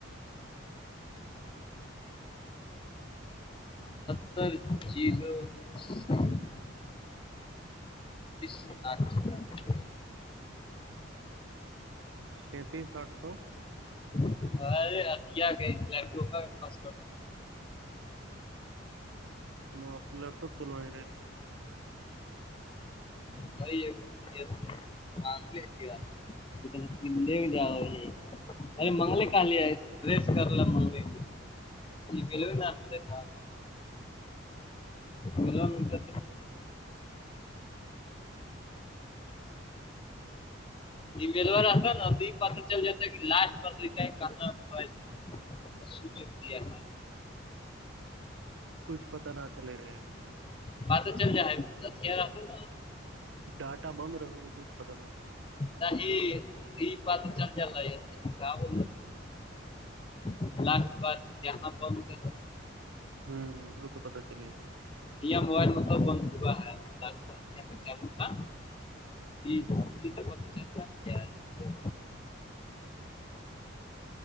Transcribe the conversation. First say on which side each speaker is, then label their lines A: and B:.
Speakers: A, on the left; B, on the right.
A: ر چیزوں ستان اچھا
B: تینتیس سٹھ سو
A: <inaudible> کیا گپٹپ کا پاس
B: م لپٹپ چلوے
A: بھ ہے <inaudible> معاملے کیا <inaudible> دو دیاو یہ ارے منگل کال ہے فریس کر ل مگل ملو ن آاممیل نا مل ملتا یہ ملو رہتا نا پتا چل جتا لاسٹ لکھ کہاں ہو س چکیا ہ
B: کچھ پتا نہ چلے رہے ہیں
A: باں تو چل جائے ہے ا رہتا ن
B: ڈاٹا بند رہتا تو کچھ پتا نہ چلتا
A: نہیں ہی یہ بات چل جلہ کا ب <inaudible> <inaudible>
B: ہوں ا تو کتاا چلیے
A: یہ موبائل مطلب ب چا ہے اللہ کی بات یہ تو چل تھا یہ
B: ہوں
A: تو پتہ چلتا نہیں یار یہ